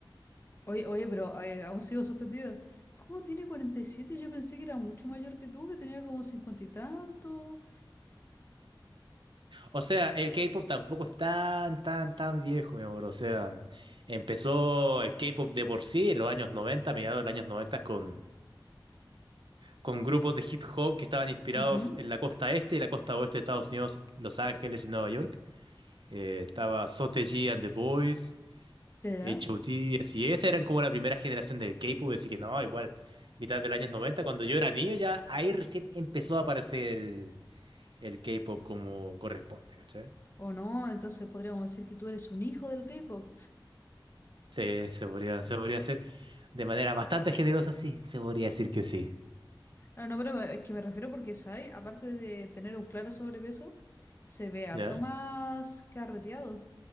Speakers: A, on the left; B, on the right.
A: Oye, oye, pero eh, aún sigo sorprendida. ¿Cómo tiene 47? Yo pensé que era mucho mayor que tú, que tenía como 50 y tanto.
B: O sea, el K-pop tampoco es tan, tan, tan viejo, mi amor. O sea, empezó el K-pop de por sí en los años 90, mediados de los años 90, con, con grupos de hip hop que estaban inspirados
A: Ujú,
B: en la costa este y la costa oeste de Estados Unidos, Los Ángeles y Nueva York. Eh, estaba Sotaji and the Boys,
A: Ya, ya.
B: H.O.T., así es, eran como la primera generación del K-pop, así que no, igual, mitad de los años 90, cuando yo era niño, ya ahí recién empezó a aparecer el, el K-pop como corresponde, ¿cachai?
A: O no, entonces podríamos decir que tú eres un hijo del K-pop.
B: Sí, se podría, se podría hacer de manera bastante generosa, sí, se podría decir que sí.
A: No, no, pero me- es que me refiero porque Sai, aparte de tener un claro sobrepeso, se ve harto
B: ¿Ya?
A: más carreteado.